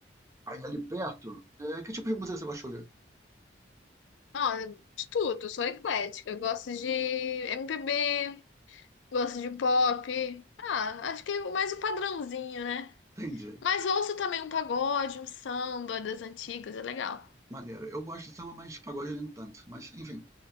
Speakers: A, on the right; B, on the left.
A: aí ali perto, é, que tipo de música você gosta de ouvir?
B: Ah, de tudo, sou eclética. Eu Gosto de MPB, Gosto de pop. Ah, acho que é mais o padrãozinho, né?
A: Entendi.
B: Mas ouço também um pagode, um samba das antigas, é legal.
A: Maneiro. Eu gosto de samba, mas pagode nem tanto. Mas, enfim,